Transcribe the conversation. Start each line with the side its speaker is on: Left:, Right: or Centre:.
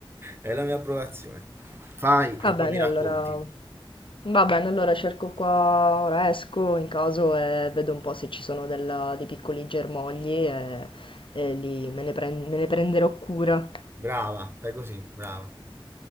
Right: hai la mia approvazione. Fai e
Left: Va
Right: poi
Left: bene,
Right: mi racconti.
Left: allora... Va bene, allora cerco qua, ora esco in caso e vedo un po' se ci sono della- dei piccoli germogli e, e li- me ne pren- me ne prenderò cura.
Right: Brava, fai così, brava.